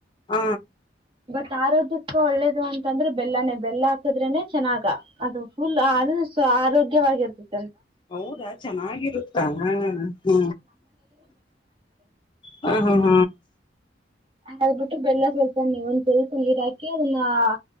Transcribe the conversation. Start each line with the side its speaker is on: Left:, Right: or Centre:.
Left: ಹ
Right: ಬ ಆರೋಗ್ಯಕ್ಕ ಒಳ್ಳೇದು ಅಂತಂದ್ರೆ ಬೆಲ್ಲನೇ ಬೆಲ್ಲ ಹಾಕದ್ರೆನೆ ಚೆನ್ನಾಗ ಅದು ಫುಲ್ ಅನ ಆರೋಗ್ಯವಾಗಿರ್ತದೆ
Left: ಹೌದಾ ಚೆನ್ನಾಗಿರುತ್ತಾ ಹ ಹ್ಮ ಹ ಹಾ ಹಾ
Right: ಹ್ಬಿಟ್ಟ್ರ ಬೆಲ್ಲ ಸ್ವಲ್ಪೇ ಒಂದ್ ಸ್ವಲ್ಪ ನೀರ್ ಹಾಕಿ ಅದನ್ನ ಹ